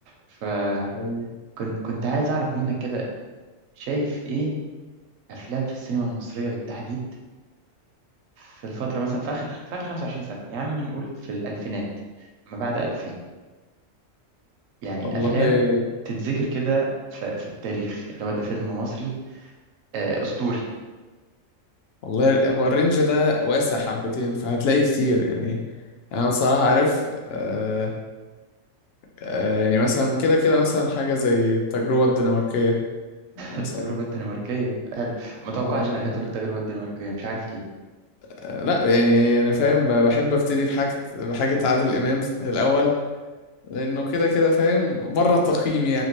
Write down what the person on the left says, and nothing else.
حبيبي.
والله
والله هو الرينج ده واسع حبتين فهتلاقي كتير يعني أنا بصراحة عارف آه آه يعني مثلا كده كده مثلا حاجة زي التجربة الدنماركية مثلا
آه
آه، لا يعني انا فاهم ب- بحب ابتدي بحاجه بحاجه عادل امام الاول لانه كده كده فاهم بره التقييم